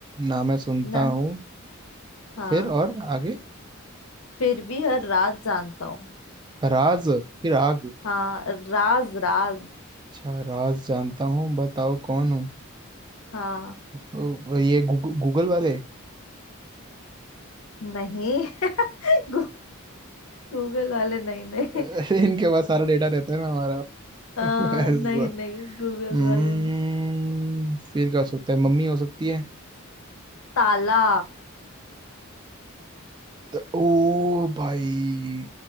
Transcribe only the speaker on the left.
ना
हाँ
फिर भी हर राज जानता हूँ
हाँ राज राज
हाँ
नहीं <laughs> गूगल वाले नहीं नहीं
आ,
नहीं नहीं गूगल
वाले नहीं
ताला